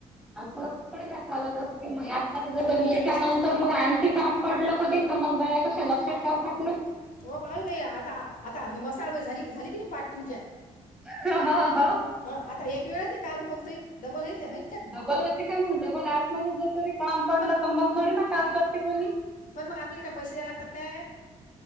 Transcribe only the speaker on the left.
हां
सा
हो अर बाई आता आता हे मसाल झाली झाली की नाही पाठ तुमच्या.
हा आता एक वेळाच काम कोणत डबल हेच आहे.
पण
पण मग आपल्याला काय पैसे द्या लागतात ते.